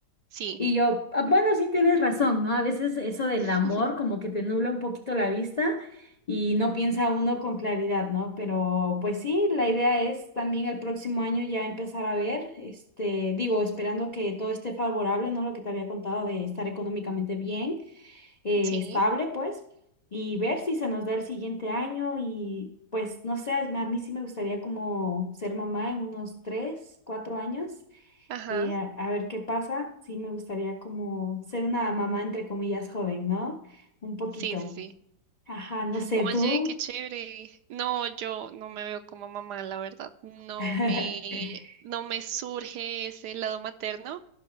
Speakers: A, on the right; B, on the left.
A: sí.
B: Y yo, "Ah, bueno, sí tienes razón, ¿no? A veces eso del
A: <laughs>
B: amor como que te nubla un poquito la vista y no piensa
A: Ujú.
B: uno con claridad, ¿no? Pero pues sí, la idea es también el próximo año ya empezar a ver, este, digo, esperando que todo esté favorable, ¿no? Lo que te había contado de estar económicamente bien, eh,
A: Sí,
B: estable, pues, y ver si se nos da el siguiente año y pues, no sé, a mí sí me gustaría como ser mamá en unos tres, cuatro años
A: ajá,
B: eh, a, a ver qué pasa. Sí, me gustaría como ser una mamá entre comillas joven, ¿no? Un poquito.
A: sí, sí, sí.
B: Ajá, no sé,
A: Oye,
B: tú.
A: qué chévere. No, yo no me veo como mamá, la verdad. No
B: <laughs>
A: me, no me surge ese lado materno,